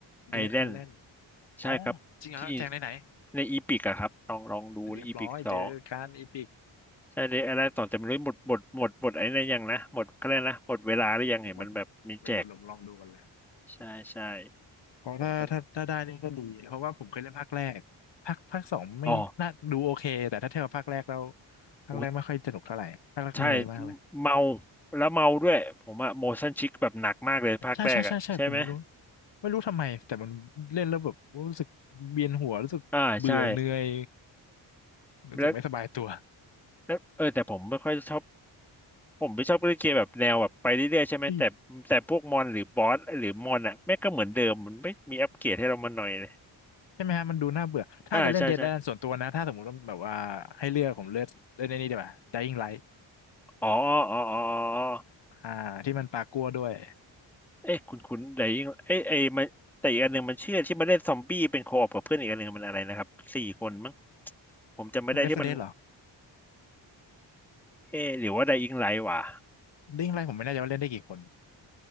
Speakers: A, in the centre; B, on the left.
A: ไอแลนด์
B: เดดไอแลนด์
A: ใช่ครับที่
B: อ๋อจริงเหรอแจงไหนไหน
A: ในอีพิกอะครับลองลองดูในอีพิกสอง
B: เรียบร้อยเจอการอีพิก
A: ใช่เดดไอแลนด์สองจะไม่รู้หมดหมดหมดหมดไอ้นั่นยังนะหมดเขแเรนะหมดเวลาหรือยังเห็นมันแบบมีแจก
B: หมดไม่รู้ลองลองดูกันเลย
A: ใช่ใช่
B: เพราะถ้าถ้าถ้าได้นี่ก็ดีเพราะว่าผมเคยเล่นภาคแรกภาคภาคสองไม่น่าดูโอเคแต่ถ้าเทียบกับภาคแรกแล้ว
A: ผมก็อ๋อ
B: ภาคแรกไม่ค่อยสนุกเท่าไหร่ภาคแรกเหนื่อยมากเลย
A: โอ้ใช่เมาแล้วเมาด้วยผมอะ motion sick แบบหนักมากเลยภาคแรกอะใช่ไหม
B: ใช่ใช่ใช่ใช่ผมไม่รู้ไม่รู้ทำไมแต่มันเล่นแล้วแบบรู้สึกเวียนหัวรู้สึกเบื่อเหนื่อย
A: อ่าใช่
B: รู้สึกไม่สบายตัว
A: แล้วแล้วเออแต่ผมไม่ค่อยชอบผมไม่ชอบเล่นเกมแบบแนวแบบไปเรื่อยๆใช่ไหมแต่แต่พวกมอนหรือบอสหรือมอนอะแม่งก็เหมือนเดิมมันไม่มีอัปเกรดให้เรามาหน่อยเลย
B: อุ๊ยใช่ไหมฮะมันดูน่าเบื่อถ้าจะเล่น
A: อ่าใช่ใช่
B: Dead Island ส่วนตัวนะถ้าสมมติว่าแบบว่าให้เลือกผมเลือกเล่นไอ้นี่ดีกว่า Dying Light
A: อ๋ออ๋ออ๋ออ๋อ
B: อ่าที่มันปลากัวด้วย
A: เอ้ยคุณคุณแต่ยิ่งเอ้ยเอ้ยมันแต่อีกอันหนึ่งมันเชื่อที่มนเล่นซอมบี้เป็นโคออปกับเพื่อนอีกอันหนึ่งมันอะไรนะครับสี่คนมั้งผมจำไม่ได้ที่มัน
B: Left 4 Dead เหรอ
A: เอ๊ะหรือว่าไดอิงไลท์วะ
B: Dying Light ผมไม่แน่ใจว่าเล่นได้กี่คน